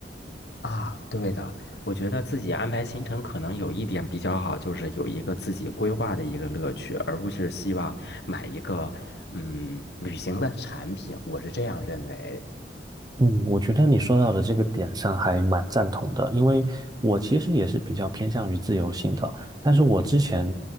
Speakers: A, on the left; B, on the right.
A: 啊，对的，我觉得自己安排行程可能有一点比较好，就是有一个自己规划的一个乐趣，而不是希望买一个嗯旅行的产品，我是这样认为。
B: 嗯，我觉得你说到的这个点上还蛮赞同的，因为我其实也是比较偏向于自由性的，但是我之前